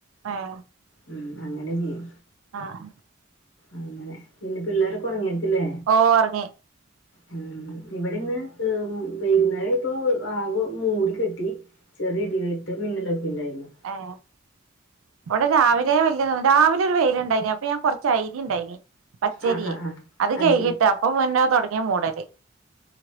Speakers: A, on the right (about 85°); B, on the left (about 60°).
A: ആഹ്
B: ഉം അങ്ങനെ ചെയ്യും.
A: ആഹ്
B: അങ്ങനെ പിന്നെ പിള്ളേരൊക്കെ ഒർങ്ങിയത്തില്ലേ?
A: ഓ ഒറങ്ങി.
B: ഉം ഇവിടെ ഇന്ന് വൈകുന്നേരം ആയപ്പൊ ആവ് മൂടി കെട്ടി ചെറിയ ഇടിവെട്ടു മിന്നലൊക്കെണ്ടായിരുന്നു.
A: ആഹ് ഇവിടെ രാവിലെ വല്യ തൊന്നും രാവിലെ ഒരു വൈൽണ്ടേനി അപ്പൊ ഞാൻ കൊർച്ച് ഐരി ഇണ്ടയ്നി പച്ചരിയെ
B: ആഹ് ആഹ് ആഹ്
A: അത് കൈകിട്ട്
B: ശരി
A: അപ്പൊ പിന്നെ തൊടങ്ങിയ മൂടല്